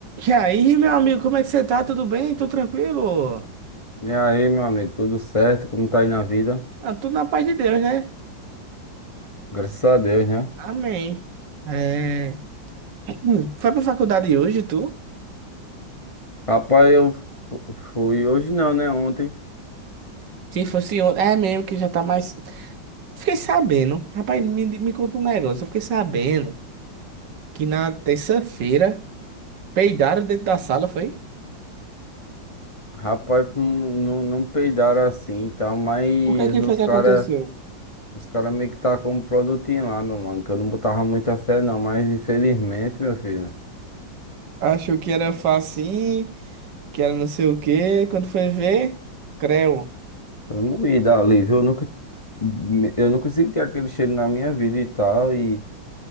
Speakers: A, on the right (about 65°); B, on the left (about 30°).
A: E aí, meu amigo, como é que você tá? Tudo bem? Tudo tranquilo?
B: E aí, meu amigo, tudo certo? Como tá aí na vida?
A: Ah, tudo na paz de Deus, né?
B: Graças a Deus, né?
A: Amém. É... <clears throat> Foi pra faculdade hoje, tu?
B: Rapaz, eu fu- fui hoje não, né? Ontem.
A: Se fosse ontem. É mesmo que já tá mais. Fiquei sabendo. Rapaz, me, me conta um negócio. Eu fiquei sabendo que na terça-feira peidaram dentro da sala, foi?
B: Rapaz, hum, não, não peidaram assim e tal, mas
A: O que é que
B: os
A: foi que
B: cara,
A: aconteceu?
B: os cara meio que tá com um produtinho lá, meu mano, que eu não botava muita fé não, mas infelizmente, meu filho,
A: Achou que era facinho, que era não sei o quê. Quando foi ver, creu.
B: foi moída ali, viu? Eu nunca, me- eu nunca senti aquele cheiro na minha vida e tal, e